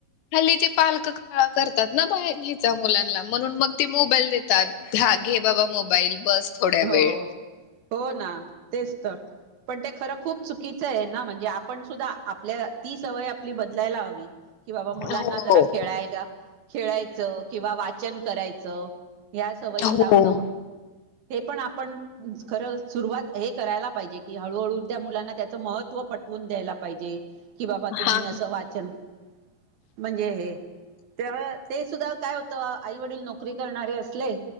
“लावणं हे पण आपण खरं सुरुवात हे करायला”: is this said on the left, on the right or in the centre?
Right